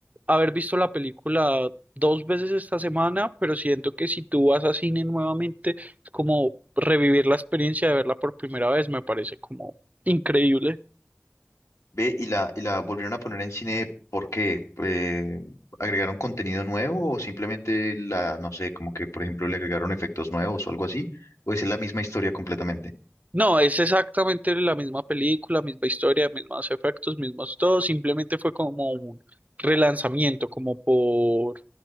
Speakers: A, on the right (about 30°); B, on the left (about 85°).
A: haber visto la película dos veces esta semana, pero siento que si tú vas a cine nuevamente, es como revivir la experiencia de verla por primera vez. Me parece como increíble.
B: Ve, y la, y la volvieron a poner en cine, ¿por qué? Eh, ¿agregaron contenido nuevo o simplemente la, no sé, como que, por ejemplo, le agregaron efectos nuevos o algo así? ¿O es la misma historia completamente?
A: No, es exactamente la misma película, misma historia, mismos efectos, mismos todo, simplemente fue como un relanzamiento, como por,